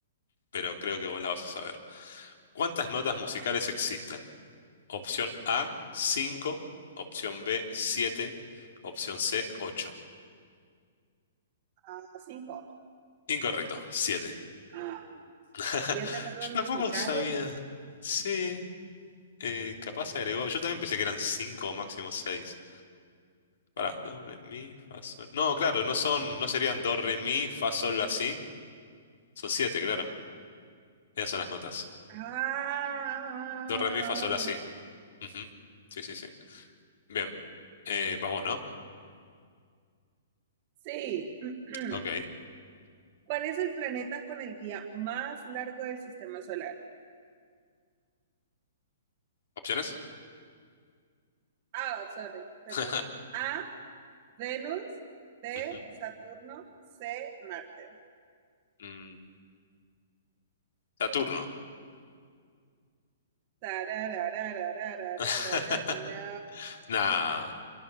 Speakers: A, on the left; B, on the right.
A: Pero creo que vos la vas a saber. ¿Cuántas notas musicales existen? Opción A, cinco Opción B, siete Opción C, ocho
B: Ah, cinco.
A: Incorrecto, siete
B: ¡Ah! Siete
A: <laughs>
B: notas
A: Yo
B: musicales.
A: tampoco sabía. Sí, eh, capaz se agregó. Yo también pensé que eran 5 o máximo seis Para, do, re, mi, fa, sol. No, claro, no son, no serían do, re, mi, fa, sol, la, si. Son siete claro. Esas son las notas.
B: Ah,
A: Do, re, mi, fa, sol, la, si. Ujú. Sí, sí, sí. Bien. Eh, vas vos, ¿no?
B: sí. <clears throat>
A: Ok.
B: ¿Cuál es el planeta con el día más largo del sistema solar?
A: ¿Opciones?
B: Ah, sorry, perdón.
A: <laughs>
B: A, Venus, B,
A: Ujú.
B: Saturno, C, Marte.
A: Mm, Saturno.
B: Tarararararararara.
A: <laughs>
B: No.
A: Nah,